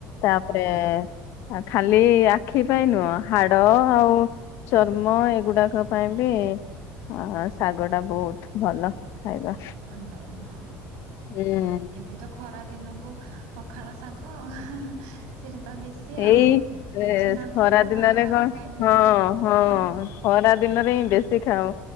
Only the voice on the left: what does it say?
ତାପରେ ଖାଲି ଆଖି ପାଇଁ ନୁହଁ ହାର୍ଟ ଡ ଆଉ ଚର୍ମ ଏଗୁଡାକ ପାଇଁ ବି ହଁ ଶାଗ ଟା ବହୁତ୍ ଭଲ ଖାଇବା
ହୁଁ।
ଏଇ
ଏ
ଖରା
ଦିନରେ
କଣ
ହଁ
ଖରା ଦିନରେ ହିଁ ବେଶୀ ଖାଉ